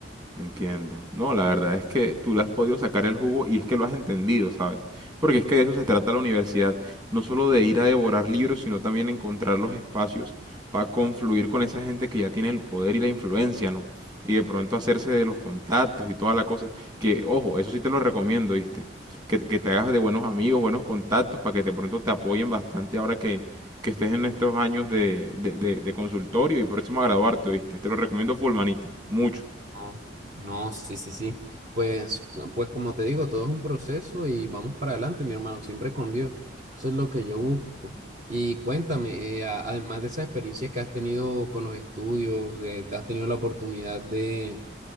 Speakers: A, on the right; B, on the right.
A: Entiendo. No, la verdad es que tú le has podido sacar el jugo y es que lo has entendido, ¿sabes? Porque es que de eso se trata la universidad, no solo de ir a devorar libros, sino también encontrar los espacios para confluir con esa gente que ya tiene el poder y la influencia, ¿no? Y de pronto hacerse de los contactos y toda la cosa. Que, ojo, eso sí te lo recomiendo, ¿viste? Que, que te hagas de buenos amigos, buenos contactos, para que de pronto te apoyen bastante ahora que, que estés en estos años de, de, de, de consultorio y próximo a graduarte, ¿viste? Te lo recomiendo full, manito, mucho.
B: No, no, sí, sí, sí. Pues, pues como te digo, todo es un proceso y vamos para adelante, mi hermano, siempre con Dios. Eso es lo que yo busco. Y cuéntame, eh, a- además de esas experiencias que has tenido con los estudios, eh, ¿te has tenido la oportunidad de